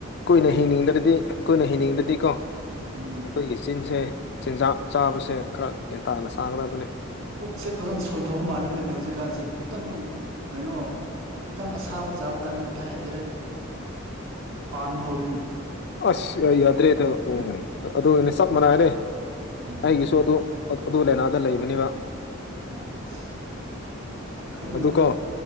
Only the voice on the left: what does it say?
ꯀꯨꯏꯅ ꯍꯤꯡꯅꯤꯡꯗ꯭ꯔꯗꯤ ꯀꯨꯏꯅ ꯍꯤꯡꯅꯤꯡꯗꯗꯤꯀꫭ
ꯑꯩꯈꯣꯏꯒꯤ ꯆꯤꯟꯖꯦ ꯆꯤꯟꯖꯥꯛ ꯆꯥꯕꯁꯦ ꯈꯔ ꯒ꯭ꯌꯥꯟ ꯇꯥꯅ ꯆꯥꯒꯗꯕꯅꯦ
ꯑꯁ ꯑꯩ ꯌꯥꯗ꯭ꯔꯦꯗ ꯎꯝ ꯑꯗꯨꯅꯦ ꯆꯞ ꯃꯥꯟꯅꯔꯦ
ꯑꯩꯒꯤꯁꯨ ꯑꯗꯨ ꯑ ꯑꯗꯨ ꯂꯩꯅꯥꯗ ꯂꯩꯕꯅꯦꯕ
ꯑꯗꯨꯀꯣ